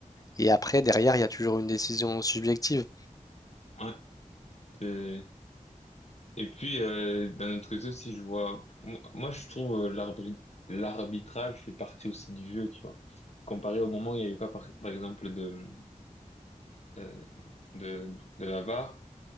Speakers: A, on the left (about 25°); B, on the left (about 55°).
A: et après, derrière, il y a toujours une décision subjective.
B: non. Et, et puis, euh, d'un autre côté aussi, je vois, moi, moi, je trouve euh, l'arbri- l'arbitrage fait partie aussi du jeu, tu vois. Comparé au moment où il n'y avait pas, par, par exemple, de, euh, de, de la VAR,